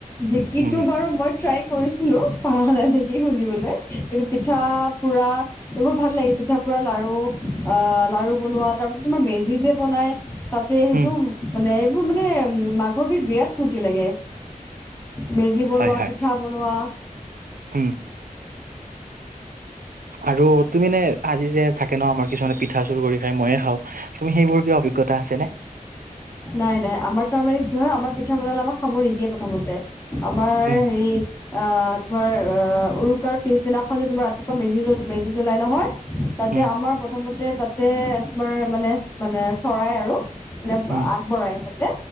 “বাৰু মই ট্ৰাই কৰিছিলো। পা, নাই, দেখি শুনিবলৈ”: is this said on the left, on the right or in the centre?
Left